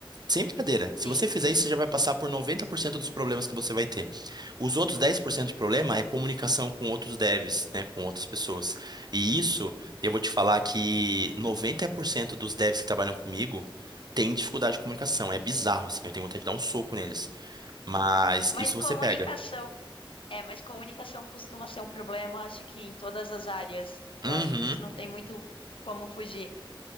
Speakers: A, on the right (about 50°); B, on the left (about 75°).
A: Sem brincadeira. Se
B: sim.
A: você fizer isso, você já vai passar por 90% dos problemas que você vai ter. Os outros 10% de problema é comunicação com outros devs, né, com outras pessoas. E isso, eu vou te falar que 90% dos devs que trabalham comigo têm dificuldade de comunicação. É bizarro, assim, eu tenho vontade de dar um soco neles. Mas
B: Mas
A: isso
B: comunicação...
A: você pega.
B: É, mas comunicação costuma ser um problema, acho que em todas as áreas. Eu
A: Uhum.
B: acho que isso não tem muito como fugir.